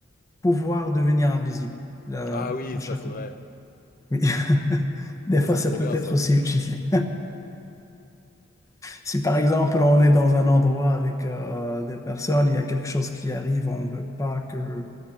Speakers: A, on the left; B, on the left.
A: pouvoir devenir invisible là,
B: Ah oui,
A: à
B: ça,
A: chaque
B: c'est
A: moment.
B: vrai.
A: Oui. <laughs> Des
B: Ça,
A: fois,
B: c'est
A: ça
B: trop
A: peut
B: bien,
A: être
B: ça.
A: aussi utile. Si par exemple on est dans un endroit avec euh, des personnes, il y a quelque chose qui arrive, on ne veut pas que...